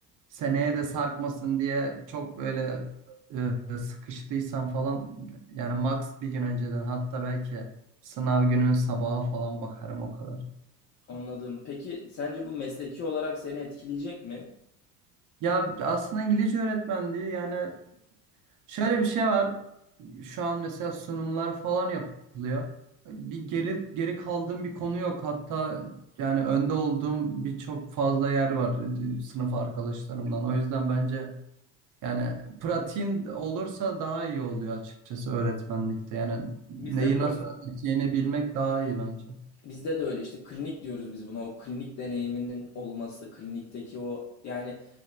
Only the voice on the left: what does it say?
Anladım. Peki sence bu mesleki olarak seni etkileyecek mi?
Bizde de
öyle.
Bizde de öyle işte klinik diyoruz biz buna. O klinik deneyiminin olması, klinikteki o yani